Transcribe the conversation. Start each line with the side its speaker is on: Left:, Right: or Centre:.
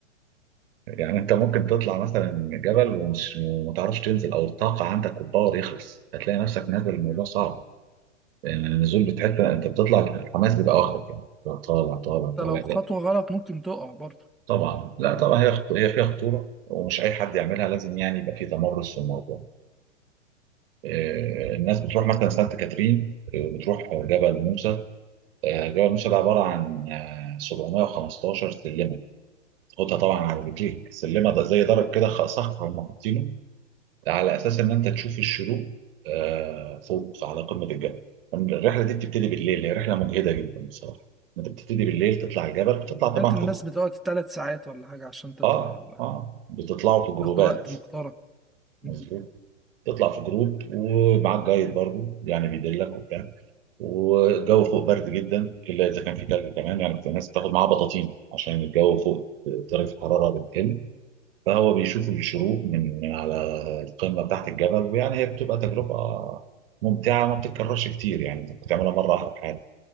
Right: يعني انت ممكن تطلع مثلا جبل ومش وما تعرفش تنزل او الطاقه عندك والباور يخلص هتلاقي نفسك نازل الموضوع
Centre: أيوة.
Right: صعب يعني النزول بتحس انت بتطلع الحماس بيبقى واخدك يعني طالع طالع
Centre: أنت
Right: طالع
Centre: لو خطوة غلط ممكن تقع برضه
Right: طبعا لا طبعا هي خط- هي فيها خطوره ومش اي حد يعملها لازم يعني يبقى في تمرس في الموضوع آه، الناس بتروح مثلا سانت كاترين آه، بتروح جبل موسى آه، جبل موسى ده عباره عن آه، 715 سلمه خدها طبعا على رجليك سلمه ده زي درج كده خ-
Centre: آه.
Right: صف هم حاطينه على اساس ان انت تشوف الشروق آه، فوق على قمه الجبل الرحله دي بتبتدي بالليل هي رحله مجهده جدا بصراحه انت بتبتدي بالليل تطلع الجبل بتطلع طبعا
Centre: سمعت
Right: في
Centre: الناس
Right: جو-
Centre: بتقعد ثلاث ساعات ولا حاجة عشان تطلع
Right: اه
Centre: ولا حاجة
Right: اه بتطلعوا في جروبات
Centre: ياخدوا وقت محترم
Right: مظبوط
Centre: مم.
Right: تطلع في جروب ومعاك جايد برضو يعني بيدلك وبتاع والجو فوق برد جدا الا اذا كان في تلج كمان يعني كنت الناس بتاخد معاها بطاطين عشان الجو فوق درجه الحراره بتقل فهو بيشوف الشروق من من على القمه بتاعت الجبل ويعني هي بتبقى تجربه ممتعه وما بتتكررش كتير يعني انت بتعملها مره واحده في حياتك